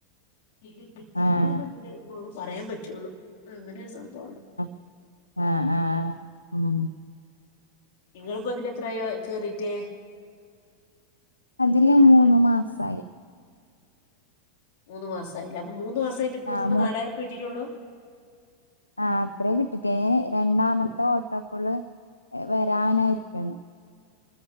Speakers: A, on the left; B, on the left.
A: <unintelligible> കിട്ടിക്ക്
B: ആഹ്
A: ണ് ന്ന് ങ്കുട്ടു <unintelligible> പറയാൻ പറ്റുള്ളു..... അങ്ങനെരു സംഭവമാണ്.
B: ആഹ് ആഹ് ആഹ് ഉം.
A: നിങ്ങളിപ്പോ അതിൽ എത്രയാ - കേറിട്ട്
B: അതില് മൂന്ന്
A: വർ
B: മാസായി-
A: മൂന്ന് മാസ ആയില്ല അ മൂന്ന് മാസ് <unintelligible>
B: ആഹ്
A: നാലായിരുർപ്യെ കിട്ടിട്ടൊള്ളു
B: ആ അത്രേ കിട്ടിട്ടേ രണ്ടാമത്തെ ഓട്ടോപ്പള് വരാനായിരിക്കുന്നു